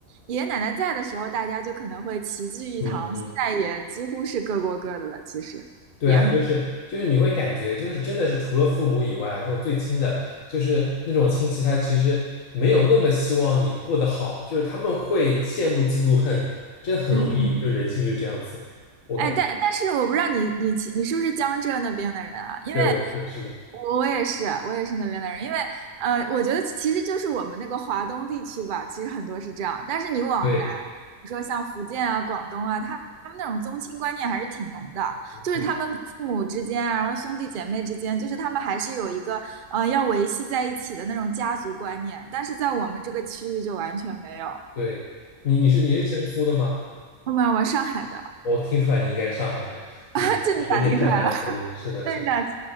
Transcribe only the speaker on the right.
爷爷奶奶在的时候，大家就可能会齐聚一堂，
现在也几乎是各过各的了。其实也很，
嗯，
哎，但但是我不知道你你其你是不是江浙那边的人啊？因为
我也是，我也是那边的人，因为呃，我觉得其实就是我们那个华东地区吧，其实很多是这样。但是你往南，
比如说像福建啊、广东啊，他他们那种宗亲观念还是挺浓的，
就是他们父母之间啊，然后兄弟姐妹之间，就是他们还是有一个呃要维系在一起的那种家族观念。但是在我们这个区域就完全没有。
后面我上海的，
<laughs> 这你咋听出来了？
<laughs> 这你咋？